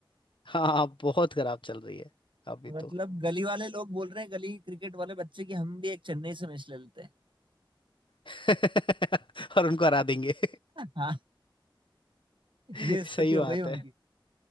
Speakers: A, on the left; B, on the right.
A: हाँ हाँ, बहुत खराब चल रही है अभी तो
B: मतलब गली वाले लोग बोल रहे हैं गली क्रिकेट वाले बच्चे की हम भी एक चेन्नई से मैच ले लेते हैं
A: <laughs> और उनको हरा देंगे
B: <laughs> हाँ
A: <laughs>
B: ये स्थिति
A: सही
B: हो
A: बात
B: गई है उनकी
A: है